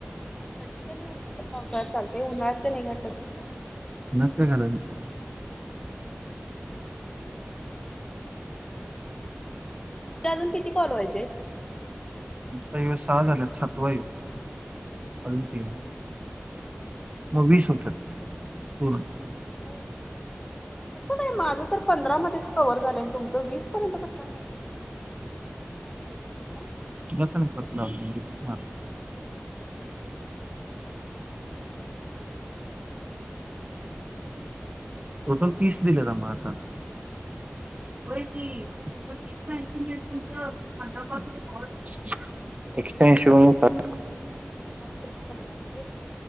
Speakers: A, on the left; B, on the right.
A: थंडीत आणि उन्हाळ्यात पावसाळ्यात चालते उन्हाळ्यात नाही घातलं तरी चालते
B: नक् काला <unintelligible>
A: ते अजून किती कॉल व्हायचे.
B: ताई हे सहा झालेत सातव आहे, अजून तीन मग वीस होत पूर्ण.
A: होय. कसं काय, माझं तर पंधरामध्येच कव्हर झालंय, तुमचं वीस पर्यंत कस का चाललंय. हं
B: <unintelligible> टोटल तीस दिलेत आम्हाला आता. होय की, पण एकशे ऐंशी मिनिट तुमच, पंधरा कॉल मध्ये
A: तरी पंधरा मध्ये